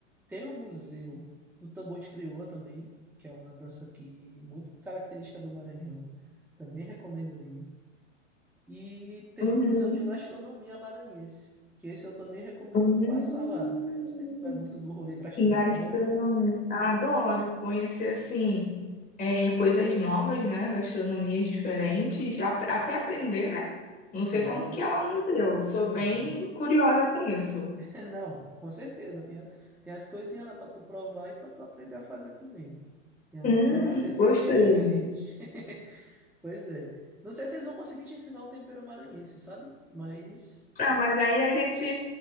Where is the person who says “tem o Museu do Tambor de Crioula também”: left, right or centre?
Centre